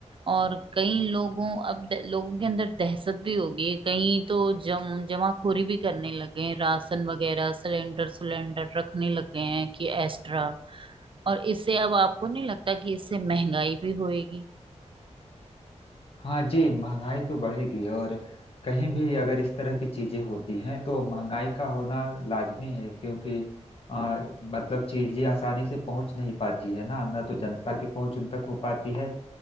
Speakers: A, on the right (about 45°); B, on the left (about 50°).
A: और कई लोगों अब द- लोगों के अंदर दहशत भी होगी कई तो जम जमाखोरी भी करने लगे हैं राशन वगैरह सिलेंडर सिलेंडर रखने लग गए हैं कि एक्स्ट्रा और इससे अब आपको नहीं लगता कि इससे महंगाई भी होएगी
B: हाँ जी महंगाई तो बढ़ेगी और कहीं भी अगर इस तरह की चीजें होती हैं तो महंगाई का होना लाजमी है क्योंकि आ, मतलब चीजें आसानी से पहुंच नहीं पाती है ना ना तो जनता की पहुंच उन तक हो पाती है